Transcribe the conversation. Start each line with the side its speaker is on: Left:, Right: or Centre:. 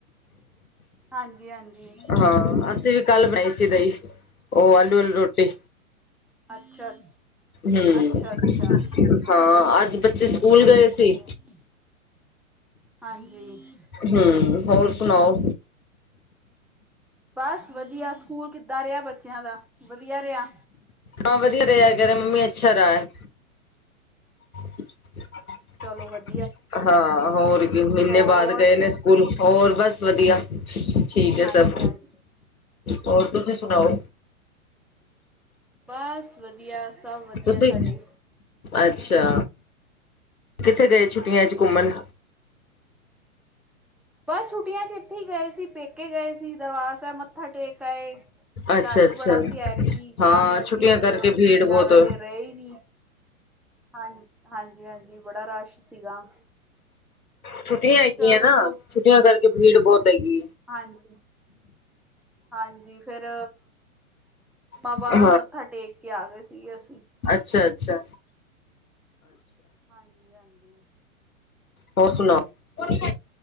Centre: ਹਾਂਜੀ ਹਾਂਜੀ
Left: ਹਾਂ ਅਸੀਂ ਵੀ ਕੱਲ ਬਣਾਈ ਸੀ ਦਹੀ, ਉਹ ਆਲੂ ਆਲੀ ਰੋਟੀ।
Centre: ਅੱਛਾ
Left: ਹਮ
Centre: ਅੱਛਾ ਅੱਛਾ।
Left: ਹਾਂ ਅੱਜ ਬੱਚੇ ਸਕੂਲ
Centre: ਹੂੰ
Left: ਗਏ ਸੀ।
Centre: ਹੋਰ ਹਾਂਜੀ।
Left: ਹਮ ਹੋਰ ਸੁਣਾਓ।
Centre: ਬਸ ਵਧੀਆ ਸਕੂਲ ਕਿੱਦਾਂ ਰਿਹਾ ਬੱਚਿਆਂ ਦਾ ਵਧੀਆ ਰਿਹਾ।
Left: ਹਾ ਵਧੀਆ ਰਿਹਾ। ਮੰਮੀ ਅੱਛਾ ਰਿਹਾ। <unintelligible>
Centre: ਚਲੋ ਵਧ-
Left: ਹਾਂ, ਹੋਰ ਕੀ ਮਹੀਨੇ
Centre: ਹੋਰ
Left: ਬਾਅਦ ਗਏ ਨੇ ਸਕੂਲ ਹੋਰ ਬਸ ਵਧੀਆ। ਠੀਕ ਐ
Centre: ਹਾਂਜੀ
Left: ਸਭ
Centre: ਹਾਂਜੀ
Left: ਹੋਰ ਤੁਸੀਂ ਸੁਣਾਓ।
Centre: ਬੱਸ ਵਧੀਆ ਸਭ ਵਧੀਆ
Left: ਤੁਸੀਂ
Centre: ਸਾਡੇ।
Left: ਅੱਛਾ। ਕਿੱਥੇ ਗਏ ਛੁੱਟੀਆਂ
Centre: ਹਾਂਜੀ
Left: 'ਚ
Centre: ਹਾਂਜੀ
Left: ਘੁੰਮਣ।
Centre: ਬਸ ਛੁੱਟੀਆਂ ਚ ਇੱਥੇ ਹੀ ਗਏ ਸੀ, ਪੇਕੇ ਗਏ ਸੀ ਦਰਬਾਰ ਸਾਹਿਬ ਮੱਥਾ ਟੇਕ ਆਏ।
Left: ਅੱਛਾ
Centre: ਰਸ਼
Left: ਅੱਛਾ
Centre: ਬੜਾ ਸੀ ਐਰਕੀ
Left: ਹਾਂ
Centre: ਤਾਂ ਕਰਕੇ
Left: ਛੁੱਟੀਆਂ
Centre: ਫਿਰ ਅਸੀ
Left: ਭੀੜ
Centre: ਜ਼ਿਆਦਾ
Left: ਬਹੁਤ
Centre: ਦੇਰ ਰਹੇ ਹੀ ਨਹੀ। ਹਾਂ, ਹਾਂਜੀ-ਹਾਂਜੀ ਬੜਾ ਰਸ਼ ਸੀਗਾ।
Left: ਛੁੱਟੀਆਂ
Centre: ਫਿਰ
Left: ਹੈਗੀਆਂ
Centre: ਉਸ
Left: ਨਾ ਛੁੱਟੀਆਂ ਕਰਕੇ ਭੀੜ ਬਹੁਤ ਹੈਗੀ।
Centre: ਹਾਂਜੀ-ਹਾਂਜੀ ਫਿਰ ਬਹ
Left: ਹੈ
Centre: ਬਾਹਰੋਂ ਵੀ ਮੱਥਾ ਟੇਕ ਕੇ ਆ ਗਏ ਸੀਗੇ ਅਸੀ।
Left: ਅੱਛਾ-ਅੱਛਾ, ਅੱਛਾ।
Centre: ਹਾਂਜੀ-ਹਾਂਜੀ।
Left: ਹੋਰ ਸੁਣਾਓ। ਅੱਜ